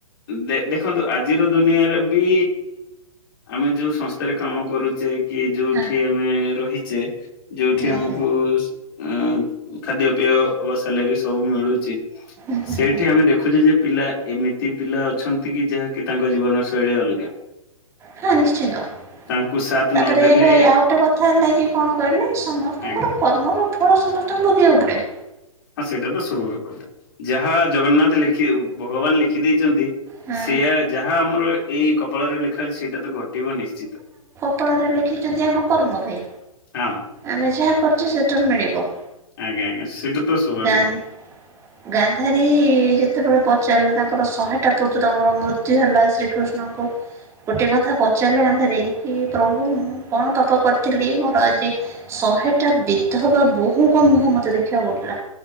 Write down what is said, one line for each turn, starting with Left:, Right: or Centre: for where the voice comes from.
Left: ଦେ ଦେଖନ୍ତୁ ଆଜିର ଦୁନିଆରେ ବି ଆମେ ଯୋଉ ସଂସ୍ଥାରେ କାମ କରୁଚେ କି ଯୋଉଠି
Right: ହଁ
Left: ଆମେ ରହିଛେ ଯୋଉଠି
Right: ହୁଁ
Left: ଆମକୁ
Right: ହୁଁ
Left: ସ୍ ଅ ଖାଦ୍ୟ ପେୟ ଅବା ସାଲେରୀ ସବୁ ମିଳୁଛି
Right: ହୁଁ ହୁଁ
Left: ସେଇଠି
Right: ହୁଁ
Left: ଆମେ ଦେଖୁଛେ ଯେ ପିଲା ଏମିତି ପିଲା ଅଛନ୍ତି କି ଯାହାକି ତାଙ୍କ ଜୀବନ ଶୈଳୀ ଅଲଗା।
Right: ହଁ ନିଶ୍ଚିନ୍ତ।
Left: ତାଙ୍କୁ ସାଥ
Right: ତାପରେ
Left: ନଦେଲେ
Right: ଭାଇ ଆଉ ଟେ କଥା ହେଲା କିି କଣ କହିଲେ ସମସ୍ତଙ୍କର
Left: ଆଜ୍ଞା
Right: କର୍ମର ଫଳ ସମସ୍ତଙ୍କୁ ଭୋଗିବାକୁ ପଡ଼େ।
Left: ହଁ ସେଟା ତ ସଭାବକ କଥା ଯାହା ଜଗନ୍ନାଥ ଲେଖିଉ ଭଗବାନ ଲେଖି ଖିଦେଇଛନ୍ତି
Right: ହଁ
Left: ସେୟା ଯାହା ଆମର ଏଇ କପାଳରେ ଲେଖା ଅଛି ସେଇଟା ତ ଘଟିବ ନିଶ୍ଚିତ।
Right: ପାଳରେ ଲେଖିଛନ୍ତି ଆମ କର୍ମ ଭାଇ
Left: ହଁ
Right: ଆମେ ଯାହା କରୁଚେ ସେଟାରୁ ମିଳିବ।
Left: ଆଜ୍ଞା ଆଜ୍ଞା ସେଟା ତ ସ୍ୱାଭାବିକ
Right: ଗାନ୍
Left: କଥା।
Right: ଗାନ୍ଧାରୀ ଯେତେବେଳେ ପଚାରିଲେ ତାଙ୍କର ଶହେଟା ପୁତ୍ରଙ୍କର ମୃତ୍ୟୁ ହେଲା ଶ୍ରୀକୃଷ୍ଣଙ୍କୁ ଗୋଟିଏ କଥା ପଚାରିଲେ ଗାନ୍ଧାରୀ କି ପ୍ରଭୁ ମୁଁ କଣ ପାପ କରିଥିଲି ମୋର ଆଜି ଶହେଟା ବିଧ ବା ବୋହୂଙ୍କ ମୁହଁ ମତେ ଦେଖିଆକୁ ପଡିଲା।